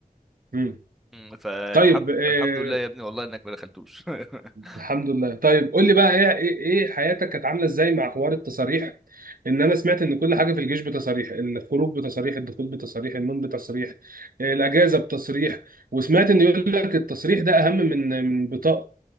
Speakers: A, on the right; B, in the centre.
A: مم.
B: مم. فالحمد
A: طيب آه
B: الحمد لله يا ابني والله انك ما دخلتوش <laughs>
A: الحمد لله طيب قول لي بقى ايه ايه إيه حياتك كانت عامله ازاي مع حوار التصاريح ان انا سمعت ان كل حاجه في الجيش بتصاريح الخروج بتصاريح الدخول بتصاريح النوم بتصريح آه، الاجازه بتصريح وسمعت ان يقول لك التصريح ده اهم من من بطاقه